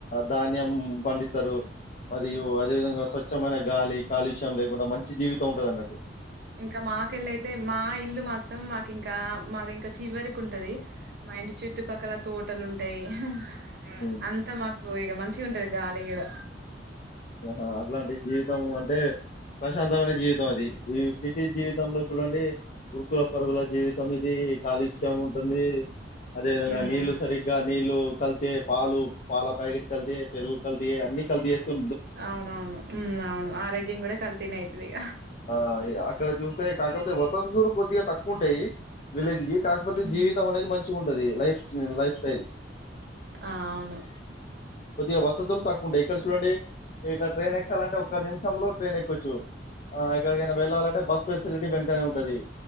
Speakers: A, on the left (about 45°); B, on the right (about 60°).
A: ధాన్యం హ్మ్ పండిస్తారు మరియు అదే విధంగా స్వచ్ఛమైన గాలి కాలుష్యం లేకుండా మంచి జీవితం ఉంటది అన్నట్టు
B: ఇంకా మాకెళ్ళయితే మా ఇల్లు మాత్రం మా ఇంకా మాది ఇంకా చివరికి ఉంటది మా ఇంటి చుట్టుపక్కల తోటలు ఉంటాయి క్
A: ఉమ్,
B: అంతా మాకు ఇగా మంచిగా ఉంటది గాలి గీడ
A: ఆహా అట్లాంటి జీవితము అంటే ప్రశాంతమైన జీవితం అది ఈ సిటీ జీవితంలో చూడండి ఉరుకుల పరుగుల జీవితం ఇది ఈ కాలుష్యం ఉంటుంది అదే విధంగా
B: ఉమ్
A: నీళ్లు సరిగ్గా నీళ్లు కల్తే పాలు పాల ప్యాకెట్ కల్తే పెరుగు కల్ ఈ అన్ని కల్తీ చేతు
B: అవునవును ఉ అవును ఆరోగ్యం కూడా కల్తినే అయితుదిగ
A: ఆ అక్కడ చూస్తే కాకపోతే వసంతు ర్ కొద్దిగా తక్కువ ఉంటాయి విలేజ్ కి కాకపోతే
B: హ్మ్
A: జీవితం అనేది మంచి ఉంటది లైఫ్ లైఫ్ స్టైల్
B: ఆ అవును
A: కొద్దిగా వసతులు తక్కువ ఉంటాయి ఇక్కడ చూడండి ఇక్కడ ట్రైన్ ఎక్కాలంటే ఒక నిమిషంలో ట్రైన్ ఎక్కవచ్చు ఆ ఎక్కడికైనా వెళ్ళాలంటే బస్ ఫెసిలిటీ వెంటనే ఉంటది